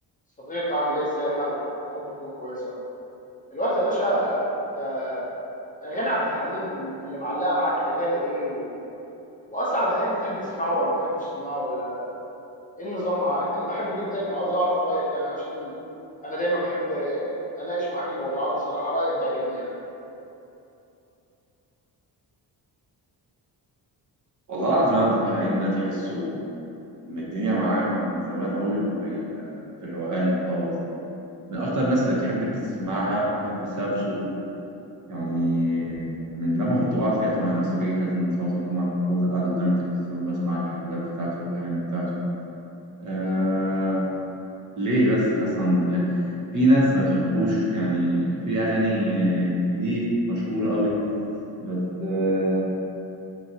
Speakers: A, on the left (about 20°); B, on the right (about 45°).
A: صديقي عامل ايه ازاي حالك يا رب تكون كويس يا رب الوقت يا باشا انت اغاني عبد الحليم اللي معلقه معاك اغاني ايه و... واصلا عبد الحليم بتحب تسمعه ولا ما بتحبش تسمعه ولا ايه النظام معاك انا بحبه جدا وعاوز اعرف رايك يعني عشان انا دايما بحب اناقش معاك الموضوعات بصراحه رايك بيعجبني يعني
B: والله العظيم عبد الحليم ده تحسه من الدنيا معاه من زمان قوي هو في الروقان خالص من أكتر الناس اللي بتحب تسمعها بسبب صوته يعني من لما كنت بقعد كده مع نفسي باجي كده من صلاة الجمعة كنت بفضل قاعد قدام التلفزيون بسمع الحفلات بتاعته والأغاني بتاعته آه
A: مم.
B: ليه بس قسما بالله في ناس ما بتحبوش يعني في أغاني آه، ليه مشهورة قوي بس آه،